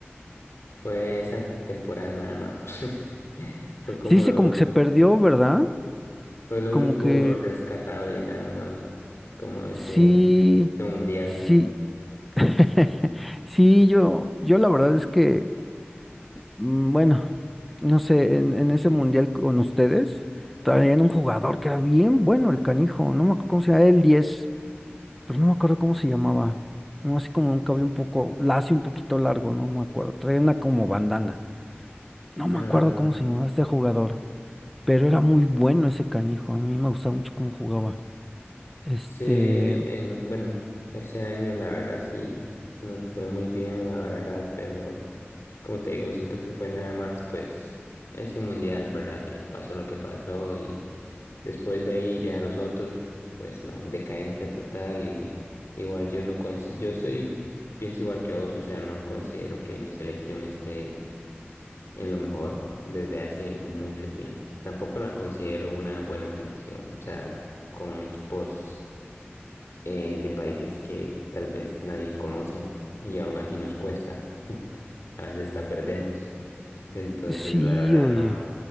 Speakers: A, on the left; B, in the centre.
A: fue esa temporada nada más. <laughs> Fue como
B: Sí, se
A: lo,
B: como que se perdió, ¿verdad?
A: fue lo
B: Como
A: único
B: que
A: rescatable nada más, como ese,
B: sí,
A: ese mundial.
B: sí, <laughs> sí, yo, yo la verdad es que, mm, bueno, no sé, en, en ese mundial con ustedes, traían un jugador que era bien bueno, el canijo, no me acuerdo cómo se llamaba, el diez pero no me acuerdo cómo se llamaba, no, así como un cabello un poco lacio, un poquito largo, no me acuerdo, traía una como bandana, no me
A: Ah,
B: acuerdo cómo se llamaba este jugador, pero era muy bueno ese canijo, a mí me gustaba mucho cómo jugaba. Este,
A: sí, en, bueno, ese año la verdad sí nos fue muy bien, la verdad, pero Como te digo, siento que fue nada más pues ese mundial, ¿verdad? Que pasó lo que pasó y después de ahí ya los otros, pues no, decadencia total y igual yo no consigo, yo soy, pienso igual que vos, o sea, no considero que mi selección esté en lo mejor desde hace mucho tiempo. Tampoco la considero una buena selección, o sea, con equipos eh, de países que tal vez nadie conoce y aún así nos cuesta, <laughs> a veces hasta perdemos. Entonces,
B: sí,
A: la verdad
B: oye.
A: no,